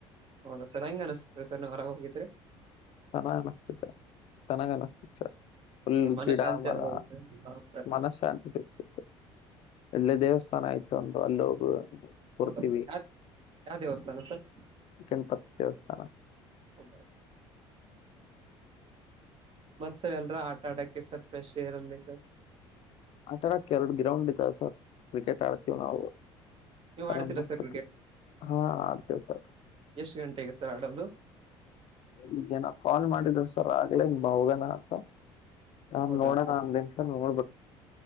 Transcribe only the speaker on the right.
ಹೌದಾ ಸರ್ ಹೆಂಗ್ ಅನಿಸ್ತಿದೆ ಸರ್ ನಾ ಹೊರಾಗ್ ಹೋಗಿದ್ರಿ.
ಮನ
ಶಾಂತಿ
ಆಗೋದು ಸರ್ ಹಾ ಸರ್
ಹೌದಾ ಯಾವ ಯಾವ ದೇವಸ್ಥಾನ ಸರ್
ಹೌದ ಅಜ. ಮತ್ ಸರ್ ಎಲ್ರು ಆಟ ಆಡಕ್ಕೆ ಸರ್ ಫ್ರೆಶ್ ಏರ್ ಅಲಿ ಸರ್.
ನೀವು
ಆಡ್ತೀರಾ
ಸರ್
ಎಷ್ಟ್ ಗಂಟೆಗೆ ಸರ್ ಆಡೋದು.
ಹೌದಾ
ಸರ್